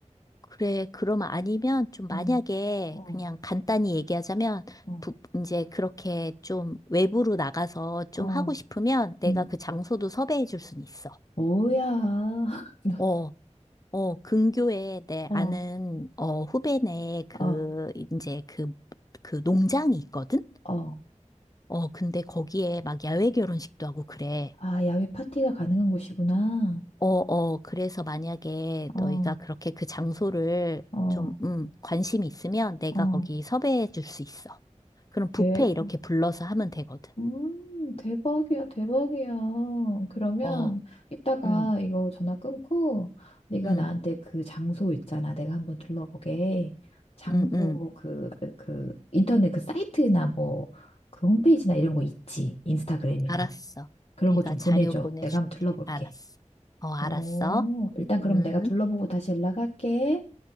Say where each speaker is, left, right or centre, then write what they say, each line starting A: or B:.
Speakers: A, on the left; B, on the left.
A: 그래, 그러면 아니면 좀 만약에
B: 어, 어,
A: 그냥 간단히 얘기하자면
B: 어,
A: 부, 이제 그렇게 좀 외부로 나가서 좀
B: 어.
A: 하고 싶으면 내가
B: 음,
A: 그 장소도 섭외해 줄 순 있어.
B: 뭐야. <laughs>
A: 어, 어, 근교에 내
B: 너,
A: 아는
B: 어,
A: 어 후배네 그
B: 어,
A: 이제 그 그 농장이 있거든.
B: 어.
A: 어, 근데 거기에 막 야외 결혼식도 하고 그래.
B: 아, 야외 파티가 가능한 곳이구나.
A: 어, 어, 그래서 만약에
B: 어,
A: 너희가 그렇게 그 장소를
B: 어,
A: 좀 음, 관심이 있으면 내가
B: 어.
A: 거기 섭외해 줄 수 있어. 그럼 뷔페
B: 대,
A: 이렇게 불러서 하면 되거든.
B: 음, 대박이야, 대박이야. 그러면
A: 어,
B: 이따가
A: 음,
B: 이거 전화 끊고 네가
A: 음,
B: 나한테 그 장소 있잖아. 내가 한번 둘러보게. 장소
A: 음, 음.
B: 그, 그 인터넷 그 사이트나 뭐 그 홈페이지나 이런 거 있지. 인스타그램이나.
A: 알았어.
B: 그런
A: 내가
B: 거 좀
A: 자료
B: 보내줘.
A: 보내줄게.
B: 내가 한번 둘러볼게.
A: 알았어. 어, 알았어.
B: 오, 일단 그럼
A: 음,
B: 내가 둘러보고 다시 연락할게.